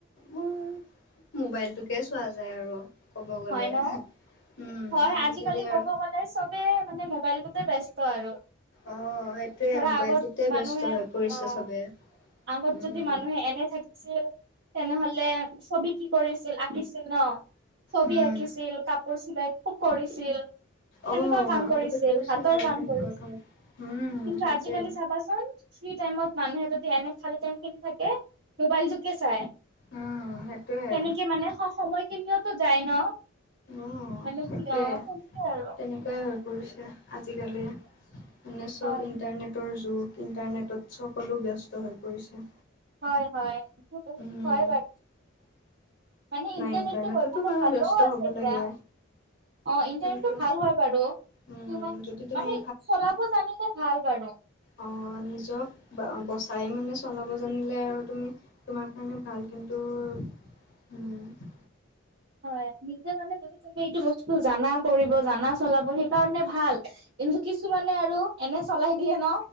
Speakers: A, on the left; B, on the right.
A: মোৰ মোবাইলটোকে চোৱা যায়, আৰু ক'ব গ'লে।
B: হয় ন?
A: উম
B: হয়, আজিকালি ক'ব
A: আৰু
B: গ'লে চবে মানে মোবাইলটোতে ব্যস্ত আৰু।
A: অ', সেইটোয়ে
B: ধৰা
A: মোবাইলটোতে
B: আগত মানুহে
A: ব্যস্ত হৈ পৰিছে
B: অ'
A: চবে।
B: আগত
A: উম
B: যদি মানুহে এনে থাকিছিল, তেনেহ'লে ছবি কৰিছিল। আঁকিছিল ন, ছবি
A: উম
B: আঁকিছিল কাপোৰ চিলাই কৰিছিল।
A: অ
B: সেনেকুৱা কাম
A: আগতে
B: কৰিছিল হাতৰ
A: বাৰু
B: কাম
A: তেনেকুৱা
B: কৰিছিল
A: কাম উম
B: কিন্তু
A: সেইটোৱে
B: আজিকালি চাবাচোন ফ্ৰী টাইমত মানুহে যদি এনে খালি টাইম থাকে মোবাইল তোকে চাই
A: উম সেইটোয়ে
B: তেনেকে মানে স সময় খিনিয় তো যাই ন।
A: অ',
B: মানে
A: সেইটোয়ে
B: কি অ' সেইটোৱে আৰু
A: তেনেকুৱাই হ'ল। কৰিছে আজিকালি মানে চব
B: হয়।
A: ইণ্টাৰনেটৰ যুগ। ইণ্টাৰনেটত সকলো ব্যস্ত হৈ পৰিছে।
B: হয়, হয় বত
A: উম
B: হয় বাৰু। মানে
A: নাই
B: ইণ্টাৰনেটটো
A: ইণ্টাৰনেটতো
B: হৈ ভাল
A: বাৰু ব্যস্ত
B: আছে
A: হ'ব
B: এতিয়া
A: লাগে
B: অ', ইণ্টাৰনেটটো
A: কিন্তু
B: ভাল হয়। বাৰু
A: উম
B: তো ইমান
A: যদি তুমি
B: মানে চলাব জানিলে ভাল বাৰু।
A: অ', নিজক বচাই মানে চলাব জানিলে আৰু তুমি তোমাৰ কাৰণে ভাল কিন্তু উ
B: হয় নিজে মানে গ তুমি এইটো বস্তু জানা কৰিব জানা চলাব সেইকাৰণে ভাল। কিন্তু কিছুমানে আৰু এনে চলাই দিয়ে ন।